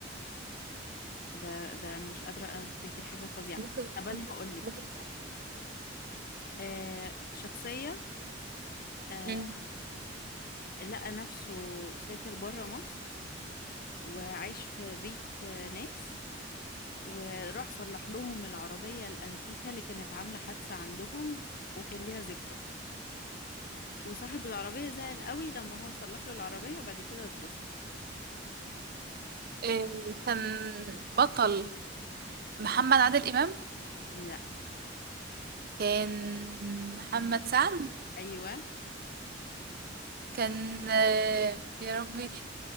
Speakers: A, on the left; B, on the right.
A: ده ده انا مش قادرة افتكر حاجة فظيعة
B: ممكن
A: طب انا هقول لك
B: ممكن-
A: آه شخصية آه
B: مم.
A: لقى نفسه سافر بره مصر وعايش في بيت آه، ناس وراح صلح لهم العربية الأنتيكة اللي كانت عاملة حادثة عندهم وكان ليها ذكرى وصاحب العربية زعل قوي لما هو صلح له العربية بعد كده اتبسط
B: إيه، كان بطل محمد عادل إمام
A: لا
B: كان محمد سعد
A: أيوة
B: كان آه، يا ربي